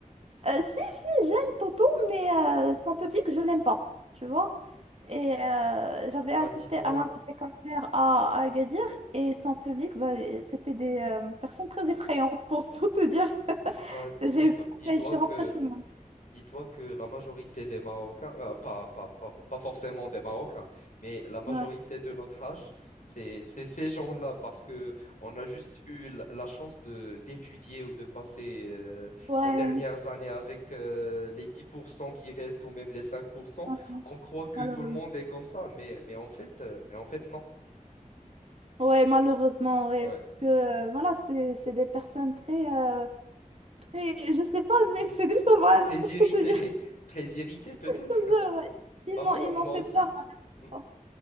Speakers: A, on the right (about 50°); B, on the left (about 65°).
A: Euh, si, si, j'aime Toto, mais euh, sans public, je l'aime pas, tu vois. Et euh, j'avais assisté
B: Bah, dis-toi,
A: à l'un de ses concerts à, à Agadir, et sans public, bah, c'était des euh, personnes très effrayantes, pour tout te dire. <laughs>
B: bah,
A: J'ai
B: dis-toi,
A: eu pareil,
B: dis-toi
A: je suis
B: que
A: rentrée chez moi.
B: Dis-toi que la majorité des Marocains, euh, pas, pas, pas, pas forcément des Marocains, mais la majorité
A: Ouais.
B: de notre âge, c'est, c'est ces gens-là parce que on a juste eu l- la chance de d'étudier ou de passer euh,
A: Ouais.
B: nos dernières années avec euh, les 10% qui restent ou même les 5%.
A: ouais,
B: On croit que
A: Malheureusement.
B: tout le monde est comme ça, mais, mais en fait, euh, mais en fait, non.
A: Ouais, malheureusement, ouais.
B: Ouais.
A: Parce que, euh, voilà, c'est c'est des personnes très, euh, très. Je sais pas, mais
B: Mm.
A: c'est des sauvages,
B: Très
A: pour
B: irrité,
A: tout te dire.
B: <laughs> très irrité peut-être.
A: <laughs> Je-
B: <laughs>
A: ouais. Ils
B: Bah moi,
A: m'ont ils m'ont
B: moi
A: fait
B: aussi.
A: peur. la dernière
B: Hmm.
A: fois.